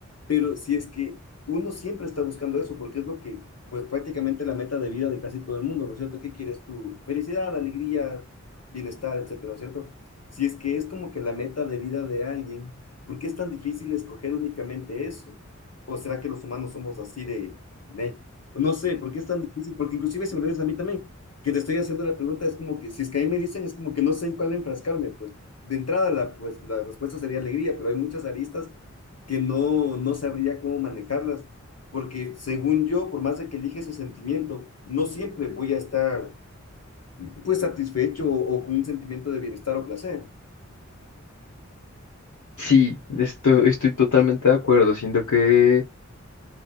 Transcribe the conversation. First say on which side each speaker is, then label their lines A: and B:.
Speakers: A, on the left; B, on the left.
A: Pero si es que uno siempre está buscando eso, porque es lo que, pues prácticamente la meta de vida de casi todo el mundo, ¿no es cierto? ¿Qué quieres tú? Felicidad, alegría, bienestar, etcétera, ¿no es ¿cierto? Si es que es como que la meta de vida de alguien, ¿por qué es tan difícil escoger únicamente eso? ¿O será que los humanos somos así de, meh? No sé, ¿por qué es tan difícil? Porque inclusive si me lo dices a mí también, que te estoy haciendo la pregunta, es como que, si es que a mí me dicen, es como que no sé en cuál enfrascarme, pues de entrada la, pues, la respuesta sería alegría, pero hay muchas aristas que no, no sabría cómo manejarlas, porque según yo, por más de que elige ese sentimiento, no siempre voy a estar pues satisfecho o, o con un sentimiento de bienestar o placer.
B: Sí, esto, estoy totalmente de acuerdo. Siento que...